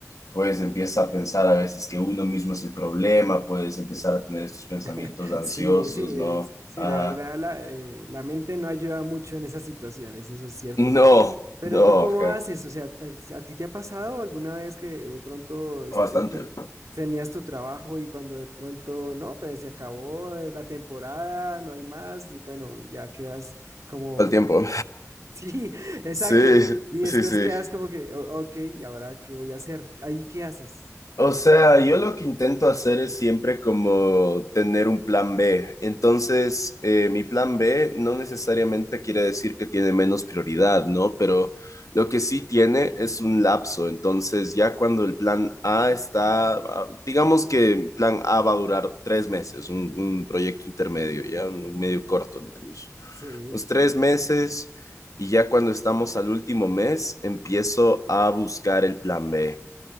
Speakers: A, on the left (about 85°); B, on the right (about 70°).
A: pues empieza a pensar a veces que uno mismo es el problema, puedes empezar a tener estos pensamientos
B: <laughs>
A: ansiosos,
B: sí, sí, es-
A: ¿no?
B: sí,
A: Ajá.
B: la verdad, la, eh, la mente no ayuda mucho en esas situaciones, eso es cierto.
A: No,
B: Pero
A: no,
B: tú cómo
A: ajá.
B: haces, o sea, ¿a, a ti te ha pasado alguna vez que de pronto este,
A: Bastante.
B: ten- tenías tu trabajo y cuando de pronto, no, pues se acabó eh, la temporada, no hay más, y bueno, ya quedas como,
A: Todo el tiempo.
B: <laughs> sí, exacto,
A: Sí,
B: y
A: sí,
B: después
A: sí.
B: quedas como que, "O- ok, ¿y ahora qué voy a hacer? ¿Ahí qué haces?
A: O sea, yo lo que intento hacer es siempre como tener un plan B. Entonces, eh, mi plan B no necesariamente quiere decir que tiene menos prioridad, ¿no? Pero lo que sí tiene es un lapso. Entonces, ya cuando el plan A está, ah, digamos que el plan A va a durar tres meses, un, un proyecto intermedio, ya un medio corto incluso.
B: Sí.
A: Los tres meses y ya cuando estamos al último mes, empiezo a buscar el plan B